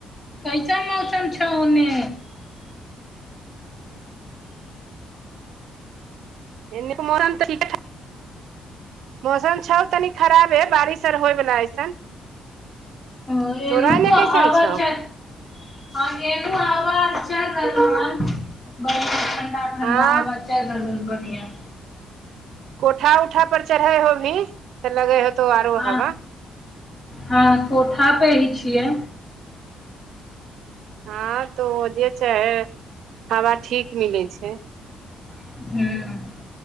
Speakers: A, on the left (about 25°); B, on the right (about 80°).
A: कैसन मौसम छौ ओने
B: एने मोरन तऽरीका मौसम छौ तनी खराबे बारिश आर होयवाला ऐसन
A: ह एन
B: तोरा एने
A: तऽ
B: कैसन
A: आवाज
B: छौ
A: छै आ <unintelligible> आजार हं ठण्डा
B: हँ
A: हवा चैल रहल सौ बनिये
B: कोठा ऊठा पर चढ़े हो भी तऽ लगे हो तो आरो
A: हँ
B: हवा
A: हँ कोठा पे ही छियै
B: हँ तो जे छै हवा ठीक मिलै छै
A: हूं